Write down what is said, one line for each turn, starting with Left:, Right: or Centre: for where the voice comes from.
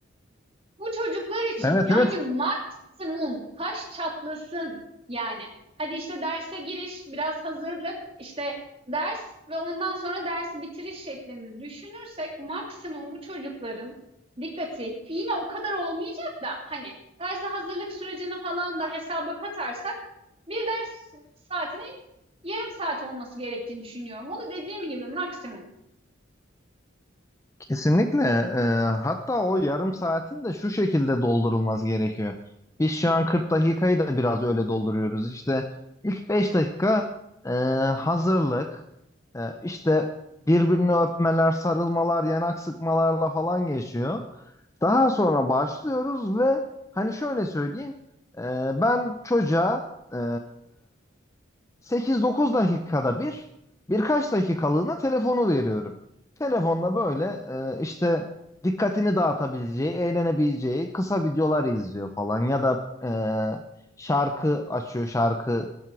Right: Bu çocuklar için
Left: Evet
Right: yani
Left: evet
Right: maksimum kaş çatlasın yani. Hadi işte derse giriş, biraz hazırlık, işte ders ve ondan sonra dersi bitiriş şeklinde düşünürsek maksimum bu çocukların dikkati yine o kadar olmayacak da hani derse hazırlık sürecini falan da hesaba katarsak bir ders saatinin yarım saat olması gerektiğini düşünüyorum. O da dediğim gibi maksimum.
Left: kesinlikle. Ee, hatta o yarım saatin de şu şekilde doldurulması gerekiyor. Biz şu an 40 dakikayı da biraz öyle dolduruyoruz. İşte ilk 5 dakika e, hazırlık, e, işte birbirini öpmeler, sarılmalar, yanak sıkmalarla falan geçiyor. Daha sonra başlıyoruz ve hani şöyle söyleyeyim, e, ben çocuğa e, 8-9 dakikada bir, birkaç dakikalığına telefonu veriyorum. Telefonla böyle e, işte dikkatini dağıtabileceği, eğlenebileceği kısa videolar izliyor falan ya da e, şarkı açıyor, şarkı